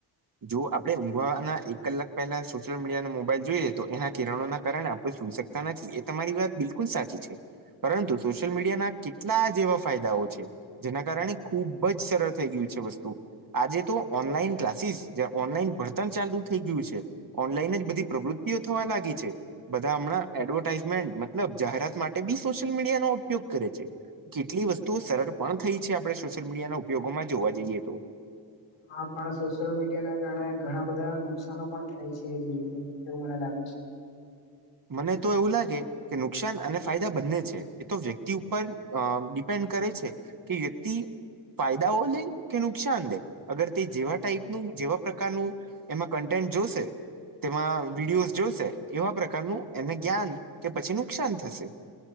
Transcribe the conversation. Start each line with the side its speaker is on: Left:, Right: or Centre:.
Right: જો આપણે ઊંઘવાના એક કલાક પહેલા સોશિયલ મીડિયા અને મોબાઈલ જોઈએ તો એના કિરણોના કારણે આપણે સુઈ નથી એ તમારી વાત બિલકુલ સાચી છે પરંતુ સોશિયલ મીડિયા ના કેટલા જેવા ફાયદાઓ છે જેના કારણે ખુબ જ સરળ થઈ ગયું છે વસ્તુ આજે તો ઓનલાઈન ક્લાસીસ જ્યાં ઓનલાઈન ભળતણ ચાલુ થઈ ગ્યુ છે ઓનલાઈન જ બધી પ્રવૃતિઓ થવા લાગી છે બધા હમણાં એડવર્ટાઈઝમેન્ટ મતલબ જાહેરાત માટે બી સોશિયલ મીડિયા નો ઉપયોગ કરે છે કેટલી વસ્તુઓ સરળ પણ થઈ છે આપણે સોશિયલ મીડિયાના ઉપયોગોમાં જોવા જઈએ તો
Left: હા પણ સોશિયલ મીડિયા ના કારણે ઘણા બધા નુકસાનો પણ થાય છે એજ રીતે એવુ મને લાગે
Right: <inaudible>
Left: છે
Right: મને તો એવું લાગે કે નુકસાન અને ફાયદા બંને છે એ તો વ્યક્તિ ઉપર ડિપેન્ડ. કરે છે કે વ્યક્તિ ફાયદાઓ લે કે નુકસાન લે અગર તે જેવા ટાઈપનું જેવા પ્રકારનું એમાં કન્ટે. તે વિડીયો જો એવા. કર એને જ્ઞાન કે પછી નુકસાન થશે.